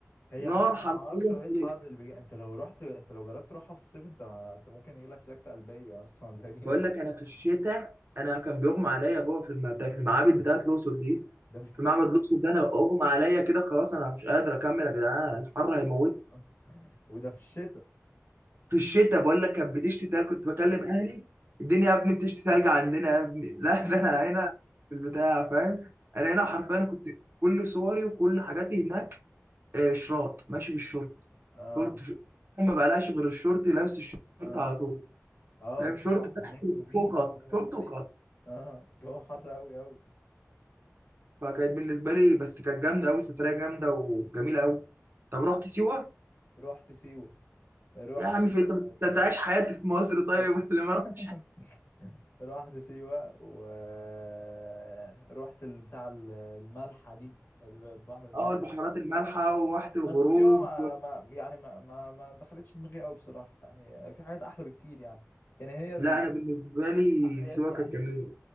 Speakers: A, on the left; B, on the right.
A: هي
B: نار
A: حق
B: حرفيا
A: انا ما اعرفش هو ايه الحر
B: في
A: اللي بيجي انت لو رحت انت لو جربت تروحها في الصيف انت انت ممكن يجيلك سكتة قلبية اصلا <laughs> لا هي-
B: بقول لك انا في الشتاء انا كان بيغمى عليا جوه في المعت- في المعابد بتاعت الاقصر دي
A: ده في...
B: في معبد الاقصر ده انا اغمى عليا كده خلاص انا مش قادر اكمل يا جدعان الحر هيموت
A: <laughs> وده في الشتاء
B: في الشتاء بقول لك كانت بتشتي تلج كنت بكلم اهلي الدنيا يا ابني بتشتي تلج عندنا يا ابني <laughs> لا
A: <laughs>
B: ده انا هنا في البتاع فاهم انا هنا حرفيا كنت كل صوري وكل حاجاتي هناك آه، شراط ماشي بالشورت
A: اه
B: شورت شورت ما بقلاش غير الشورت لابس الشورت
A: اه
B: على طول
A: اه
B: فاهم
A: الجو
B: شورت
A: هناك
B: تحت وفوق
A: مميت
B: قط،
A: هو
B: شورت وقط
A: ايوه اه جو حر قوي قوي
B: فكانت بالنسبه لي بس كانت جامده قوي سفريه جامده وجميله قوي طب رحت سيوه
A: رحت سيوة رحت
B: يا عم في انت
A: آه،
B: بتعيش حياتي في مصر طيب
A: بس
B: <laughs> ولا ما رحتش
A: <laughs> رحت سيوة ورحت بتاع الملحة دي البحر المالح
B: اه البحيرات المالحه وواحه الغروب
A: بس سيوة ما, ما يعني ما, ما, ما دخلتش دماغي قوي بصراحة يعني في حاجات أحلى بكتير يعني يعني هي
B: لا انا بالنسبه لي
A: هي
B: سيوه
A: يعني
B: كانت جميله